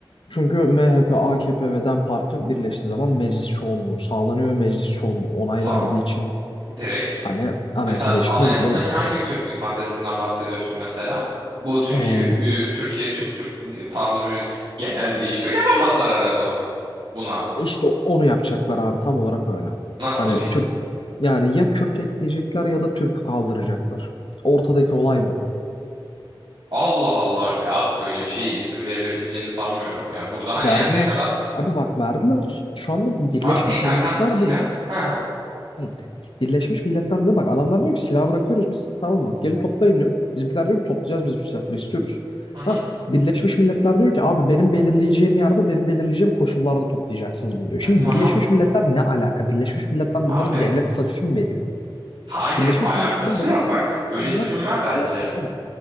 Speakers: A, on the left; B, on the right.
A: Çünkü MHP, AKP ve DEM Parti birleştiği zaman meclis çoğunluğu sağlanıyor ve meclis çoğunluğu onay
B: Sağ
A: verdiği için
B: direkt.
A: hani anayasa
B: Mesela
A: değişikliğine
B: anayasadaki
A: gidilebiliyor.
B: hangi Türklük maddesinden bahsediyorsun mesela? Bu Türkiye
A: Ee,
B: ü- Türkiye Türk Türk tarzı bir genel bir değişiklik yapamazlar herhalde onu. Buna.
A: işte onu yapacaklar abi tam olarak öyle.
B: Nasıl
A: Hani
B: bir
A: Türk yani ya Kürt ekleyecekler ya da Türk'ü kaldıracaklar. Ortadaki olay bu.
B: Allah Allah abi böyle bir şeye izin verilebileceğini sanmıyorum ya. Burada hani
A: Verdiler.
B: her ne kadar
A: Abi bak verdiler. Şu anda Birleşmiş
B: abi PKK'nın
A: Milletler
B: silah.
A: bile
B: Hı hı.
A: Hı. Birleşmiş Milletler bile bak adamlar diyor ki silah bırakıyoruz biz tamam mı? Gelin toplayın diyor. Bizimkiler diyor ki toplayacağız biz bu silahları istiyoruz.
B: Hı hı.
A: Tamam. Birleşmiş Milletler diyor ki abi benim belirleyeceğim yerde benim belirleyeceğim koşullarda toplayacaksınız bunu diyor. Şimdi
B: E tamam
A: Birleşmiş Milletler ne alaka? Birleşmiş Milletler
B: abi.
A: bunlara devlet statüsü mü veriyor?
B: Hayır
A: Birleşmiş
B: alakası
A: Milletler'in benim
B: yok bak.
A: iç içimden
B: Öyle düşünme bence.
A: alakası ne?